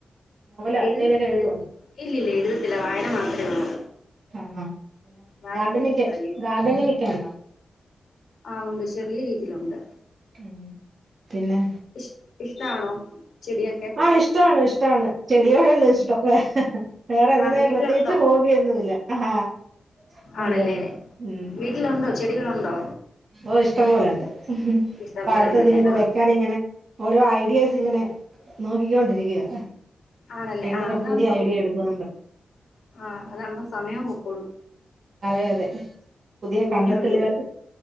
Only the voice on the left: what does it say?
എഴു
എഴ ഇല്ലല്ല എഴുതത്തില്ല വായന മാത്രമേ ഉള്ളൂ.
വായിക്കാൻ
ഇഷ്ടമായി
ആ ഉണ്ട് ചെറിയ രീതിയിലുണ്ട്.
ഇ ഇഷ്ടാണോ ചെടിയൊ
ആണ് വീട്ടിലുണ്ടോ
ആണല്ലേ
വീട്ടിലുണ്ടോ ചെടികളുണ്ടോ?
ഇഷ്ടം
പോലെ
ഉണ്ടല്ലേ ആ
ആണല്ലേ
ആ അതാകുമ്പോ
ആ അതാവുമ്പോ സമയം പോക്കളൂ
കുഞ്ഞുണ്ട്